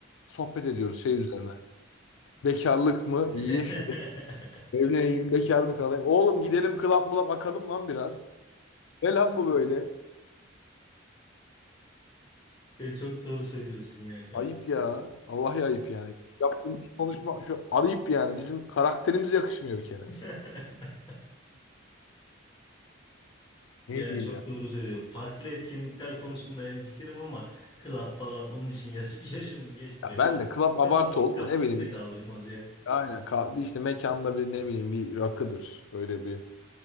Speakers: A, on the left; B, on the left.
A: sohbet ediyoruz şey üzerine. Bekarlık mı? İyi.
B: <laughs>
A: <laughs> Evleneyim, bekar mı kalayım? Oğlum gidelim club mulap akalım lan biraz. Ne lan bu böyle?
B: E, çok doğru söylüyorsun ya Kaan.
A: Ayıp ya. Vallahi ayıp yani. Yaptığımız konuşma şu ayıp yani. Bizim karakterimize yakışmıyor bir kere.
B: <laughs>
A: Ne
B: Yani
A: diyeyim
B: çok
A: ya?
B: doğru söylüyor. Farklı etkinlikler konusunda hemfikirim ama club falan onun için yaş <laughs> yaşımız geçti
A: Ya
B: be
A: ben
B: yani.
A: de club
B: Kafa,
A: abartı oldu
B: kafamız
A: da ne bileyim.
B: da kaldırmaz
A: bir-
B: ya.
A: Aynen. ka- Bir işte mekanda bir ne bileyim bir rakıdır. Öyle bir,